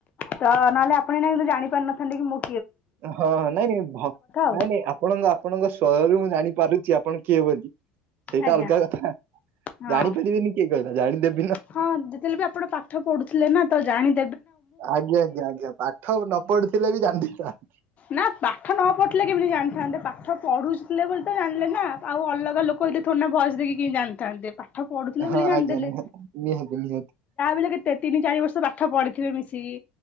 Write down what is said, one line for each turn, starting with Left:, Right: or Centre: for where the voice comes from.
Left: ତ ନହେଲେ ଆପଣ ଏଇନା କିନ୍ତୁ ଜାଣି ପାରିନଥାନ୍ତେ କି ମୁ
Right: ହଁ ନାଇଁ ନାଇଁ ଭ
Left: ଆଉ
Right: ନାଇଁ ନାଇଁ ଆପଣଙ୍କ ଆପଣଙ୍କ ସ୍ୱରରୁ ମୁଁ ଜାଣିପାରୁଛି ଆପଣ କିଏ ବୋଲି? ସେଇଟା
Left: ଆଜ୍ଞା
Right: ଅଲଗା କଥା
Left: ହଁ
Right: ଜାଣିପାରିବିନି କିଏ କହିଲା ଜାଣିଦେବେ।
Left: ହଁ ଯେତେବେଳେ ବି ଆପଣ ପାଠ ପଢୁଥିଲେ ନା ତ ଜାଣି
Right: ଆଜ୍ଞା ଆଜ୍ଞା ଆଜ୍ଞା ପାଠ ନ ପଢୁଥିଲେ ବି ଜାଣି ଦେଇଥାନ୍ତି।
Left: ନା ପାଠ ନ ପଢିଲେ କେମିତି ଜାଣିଥାନ୍ତେ ପାଠ ପାଠ ପଢ଼ୁଥିଲେ ବୋଲି ତ ଜାଣିଲେ ନା ଆଉ ଅଲଗା ଲୋକ ହେଇଥିଲେ ଥୋଡ଼ିନା ଭଏସ ଦେଖିକି କେମିତି ଜାଣିଥାନ୍ତେ? ପାଠ ପଢୁଥିଲେ
Right: ହଁ
Left: ବୋଲି ଜାଣିଦେଲେ।
Right: ଆଜ୍ଞା ନିହାତି ନିହାତି ନିହାତି।
Left: ମାନେ କେତେ ତିନି ଚାରି ବର୍ଷ ପାଠ ପଢିଥିବେ ମିଶିକି।